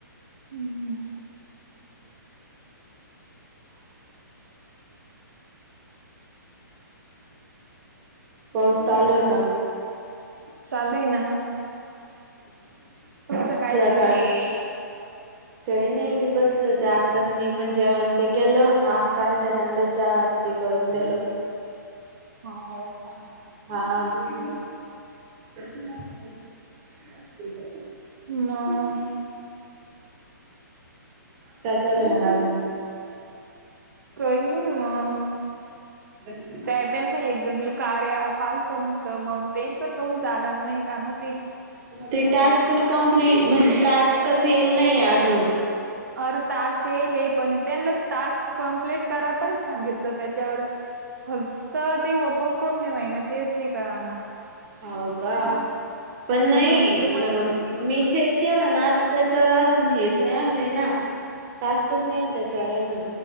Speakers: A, on the right; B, on the right.
A: हम्म.
B: पाऊस चालू आहे का?
A: चालू हाय ना.
B: <unintelligible>
A: तुमचं
B: सकाळ
A: काय चालू आहे?
B: काही नाही मी बसले होते आता तस मी पण जेवण ते केलं आत्या आलत त्यांलं चहा ते करून दिलं.
A: हा आय आय कहा
B: हा प्रिंटर कॉफी
A: मग
B: <inaudible> काय चाललंय मंग अजून
A: काय नाई मंग
B: दक्ष
A: त्या त्यांना एक जणीला कार्या अँप आलत. त मंग त्यांच कमुन चालत नाई, कानू ते
B: ते टास्कच कंप्लिट म्हणजे, टास्कच येईल नाहीेये अजून.
A: अरे टास्क येईल. पण त्यांना तास कंप्लिट करा पण सांगितलं त्याच्यावर फक्त ते ओपन कमुन नाय होईना, तेच नाय कळाना.
B: होऊ का पण
A: हम्म
B: नाही,
A: तुम्हा
B: न मी चेक केलं ना, त त्याच्यावर अजून हेच नाय आणलय ना टास्कच नाहीये त्याच्यावर अजून.